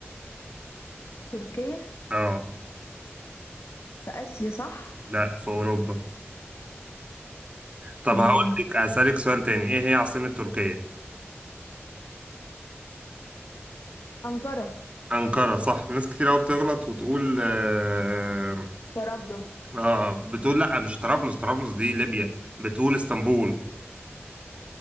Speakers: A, on the left (about 80°); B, on the right (about 25°).
A: تركيا
B: اه
A: في آسيا صح
B: لا في اوروبا طب
A: امم
B: هقول لك اسالك سؤال تاني ايه هي عاصمة تركيا؟
A: أنقرة
B: أنقرة صح ناس كتير قوي بتغلط وتقول آه,
A: طرابلس
B: اه بتقول لا مش طرابلس طرابلس دي ليبيا بتقول اسطنبول